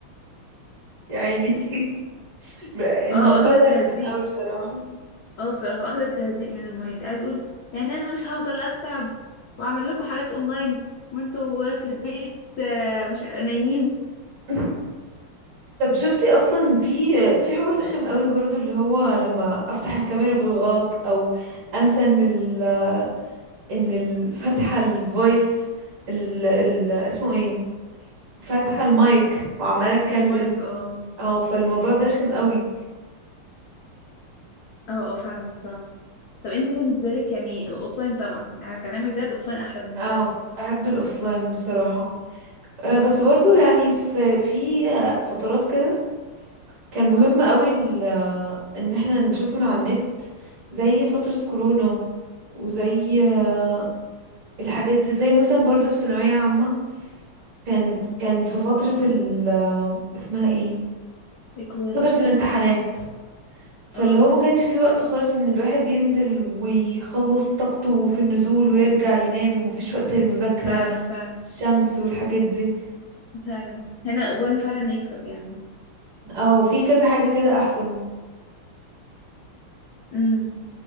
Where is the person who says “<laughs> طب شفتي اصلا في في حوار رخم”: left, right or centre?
Right